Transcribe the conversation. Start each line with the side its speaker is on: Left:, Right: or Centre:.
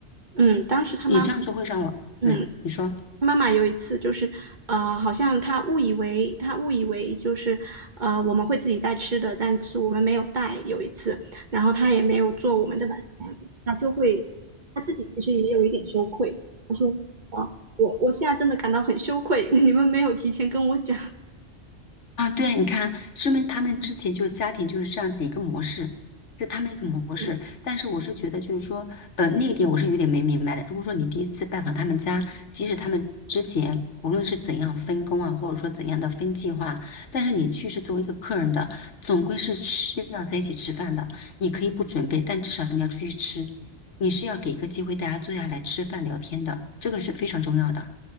Right: 嗯，当时他妈妈。
Left: 你这样做会让我，
Right: 嗯。
Left: 对，你说。
Right: 妈妈有一次就是，呃，好像她误以为她误以为就是，呃，我们会自己带吃的，但是我们没有带。有一次，然后她也没有做我们的晚餐，她就会，她自己其实也有一点羞愧。她说，啊，我我现在真的感到很羞愧，<laughs> 你们没有提前跟我讲。
Left: 啊，对，你看，说明他们之前就家庭就是这样子一个模式，就他们一个模式。
Right: 嗯，
Left: 但是我是觉得，就是说，呃，那一点我是有点没明白的。如果说你第一次拜访他们家，即使他们之前无论是怎样分工啊，或者说怎样的分计划，但是你去是作为一个客人的，总归是需要在一起吃饭的。你可以不准备，但至少你要出去吃，你是要给一个机会大家坐下来吃饭聊天的，这个是非常重要的